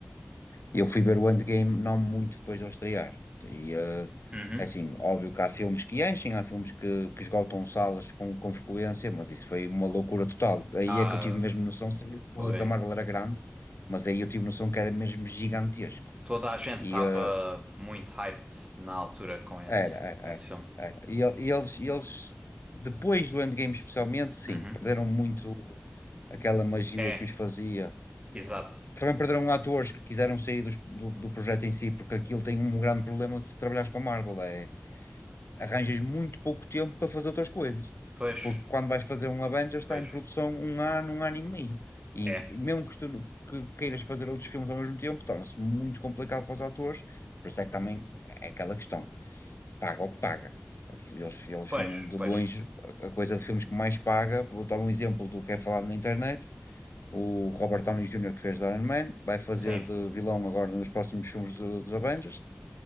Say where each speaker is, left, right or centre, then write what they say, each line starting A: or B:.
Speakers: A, on the left; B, on the right.
A: eu fui ver o Endgame não muito depois de eu estrear. E, eh,
B: Uhum.
A: assim, óbvio que há filmes que enchem, há filmes que, que esgotam salas com, com frequência, mas isso foi uma loucura total. Aí
B: Ah,
A: é que eu tive mesmo noção, sabia que o público
B: foi.
A: da Marvel era grande, mas aí eu tive noção que era mesmo gigantesco.
B: Toda a gente
A: E
B: estava
A: eh,
B: muito hyped na altura com esse,
A: era, era,
B: com esse
A: era,
B: filme.
A: era. E, el- e eles, e eles, depois do Endgame especialmente, sim,
B: Uhum.
A: perderam muito aquela magia
B: É,
A: que os fazia
B: exato.
A: Também perderam atores que quiseram sair dos- do, do projeto em si, porque aquilo tem um grande problema se trabalhares com a Marvel, é arranjas muito pouco tempo para fazer outras coisas.
B: Pois,
A: Porque quando vais fazer um Avengers
B: pois.
A: está em produção um ano, um ano e meio. E
B: É.
A: mesmo que, tu, que queiras fazer outros filmes ao mesmo tempo, torna-se muito complicado para os atores. Por isso é que também é aquela questão, paga o que paga. Aqui Eles, eles
B: Pois,
A: são de
B: pois.
A: longe a a coisa de filmes que mais paga. Vou dar um exemplo do que é falado na internet o Robert Downey Jr., que fez de Iron Man, vai fazer
B: Sim.
A: de vilão agora nos próximos filmes do- dos Avengers,